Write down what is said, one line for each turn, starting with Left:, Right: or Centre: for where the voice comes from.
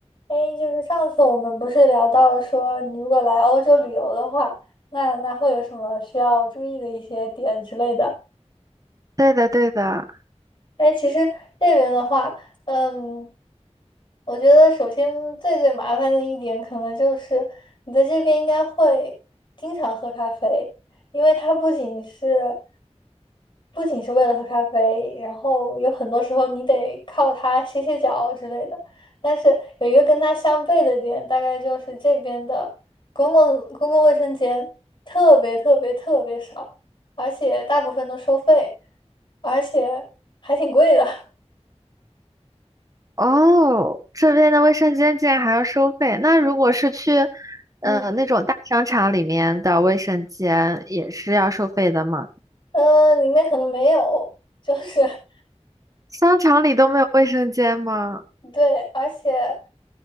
Left: 哎，就是上次我们不是聊到说，你如果来欧洲旅游的话，那那会有什么需要注意的一些点之类的？
Right: 对的，对的。
Left: 哎，其实这边的话，嗯，我觉得首先最最麻烦的一点，可能就是你在这边应该会经常喝咖啡，因为它不仅是不仅是为了喝咖啡，然后有很多时候你得靠它歇歇脚之类的。但是有一个跟它相悖的点，大概就是这边的公共公共卫生间特别特别特别少，而且大部分都收费，而且还挺贵的。<laughs>
Right: 哦，这边的卫生间竟然还要收费。那如果是去，
Left: 嗯
Right: 呃，那种大商场里面的卫生间也是要收费的吗？
Left: 嗯，呃里面可能没有，就是 <laughs>
Right: 商场里都没有卫生间吗？
Left: 对，而且。